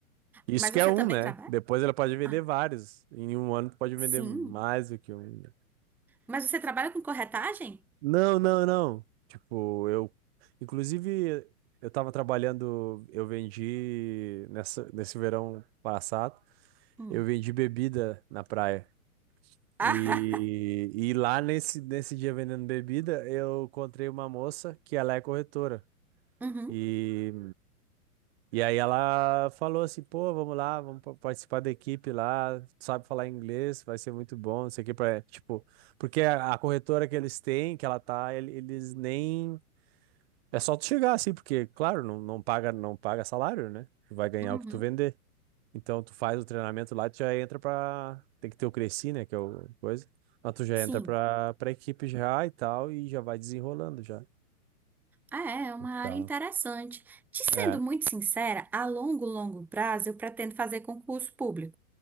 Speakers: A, on the right; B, in the centre.
A: Isso
B: Mas
A: que
B: você
A: é um,
B: também
A: né?
B: trabalha?
A: Depois ela pode vender
B: Ah,
A: vários. Em um ano tu pode
B: sim.
A: vender mais do que um.
B: Mas você trabalha com corretagem?
A: Não, não, não. Tipo, eu. Inclusive, eu tava trabalhando, eu vendi nessa, nesse verão passado,
B: Hum.
A: eu vendi bebida na praia.
B: Ah,
A: E,
B: <laughs>
A: e lá nesse, nesse dia vendendo bebida, eu encontrei uma moça que ela é corretora.
B: uhum,
A: e E aí ela falou assim, pô, vamos lá, vamos pa- participar da equipe lá, tu sabe falar inglês, vai ser muito bom, não sei o que, pra, tipo, porque a, a corretora que eles têm, que ela tá, ele- eles nem, é só tu chegar assim, porque, claro, não, não paga, não paga salário, né? Tu vai ganhar
B: uhum,
A: o que tu vender. Então, tu faz o treinamento lá, tu já entra pra, tem que ter o Cresci, né, que é o coisa, mas tu já
B: sim.
A: entra pra, pra equipe já e tal, e já vai desenrolando já.
B: É, é uma área
A: Tá.
B: interessante. Te
A: É,
B: sendo muito sincera, a longo, longo prazo eu pretendo fazer concurso público.